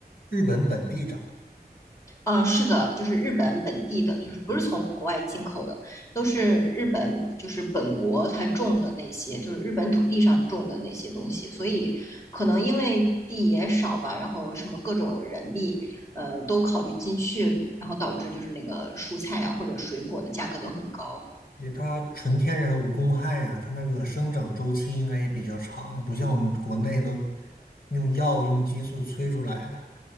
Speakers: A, on the left (about 65°); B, on the left (about 20°).
A: 日本本地长？
B: 嗯，是的，就是日本本地的，就是不是从国外进口的，都是日本就是本国它种的那些，就是日本土地上种的那些东西，所以可能因为地也少吧，然后什么各种人力，呃，都考虑进去，然后导致就是那个蔬菜啊或者水果的价格都很高。
A: 而且它纯天然无公害呀、它那个生长周期应该也比较长，不像我们国内都用药用激素催出来的，